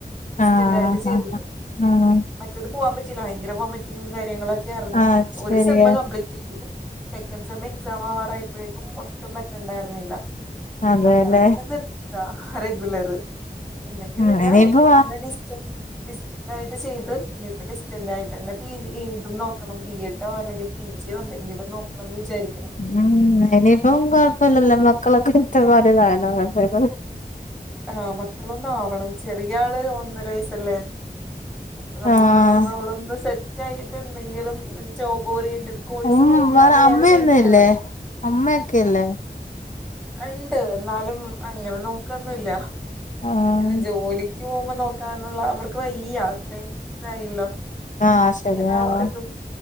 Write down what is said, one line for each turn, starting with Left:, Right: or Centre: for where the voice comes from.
Centre: ഇിസ്റ്റന്റായിട്ട്
Left: ആഹ്
Centre: ചെയ്തത്
Left: ആഹ് ആഹ്
Centre: മറ്റത് പോവാാൻ പറ്റില്ല ഭയങ്കര വോമിറ്റിംഗും കാര്യങ്ങളൊക്കെ യായിരുന്നു
Left: ആഹ്
Centre: ഒരു
Left: ശരിയാ
Centre: സെമ്മ് കമ്പ്ലീറ്റ് സെക്കൻ് സെമ് എക്സാം ആവാറായപ്പോഴേക്കും ഒട്ടും പറ്റണ്ടായിരുന്നില്ല
Left: അതെല്ലേ
Centre: അങ്ങനെ പിന്നെ നിർത്താം അ റെഗുലർ എന്നിട്ട്
Left: ഉം
Centre: പിന്നെ
Left: ഇനിയിപ്പോ
Centre: ഇപ്പ ഇങ്ങനെ ഡിസ്റ്റൻ ഇതായിട്ട് ചെയ്ത് പിന്ന ഇപ്പ ഡിസ്റ്റന്റ് ആയിട്ട്ന്നെ പി ഏതും നോക്കണം ബി എഡോ അല്ലെങ്കിൽ പി ജിയോ എന്തെങ്കിലും നോ ക്കണം വിചാരിക്കുണു
Left: ഉം ഇനിയിപ്പം കൊഴപ്പില്ലല്ലോ മക്കളൊക്കെ ഇറ്റ പറലതായാലോപ്പ
Centre: ആഹ് മക്കളൊന്ന ആവണം ചെറിയ ആള് ഒന്നര വയസല്ലേ അപ്പൊ നമുക്ക്തോന്ന
Left: ആഹ്
Centre: അവളൊന്ന് സെറ്റ് ആയിട്ട് എന്തെങ്കിലും ജോബ്ഓറിയന്റ് കോഴ്സ്
Left: ഉം
Centre: നോക്കാം
Left: വേറെ
Centre: എന്ന് വിചാരിച്ചിരിക്കുകയാണ്
Left: അമ്മയൊന്നുംല്ലേ അമ്മയൊക്കെല്ലേ
Centre: ഉണ്ട് എന്നാലും അങ്ങനെ നോക്കന്നല്ല
Left: ആഹ്
Centre: അനെ ജോലി ക്ക് പോകുമ്പോ നോക്കാനുള്ള അവർക്ക് വയ്യ അത്രയും ഇതായില്ലോ
Left: ആഹ് ശരി
Centre: അങ്ങനെ
Left: ആഹ്
Centre: ഇതും
Left: ശരിയാ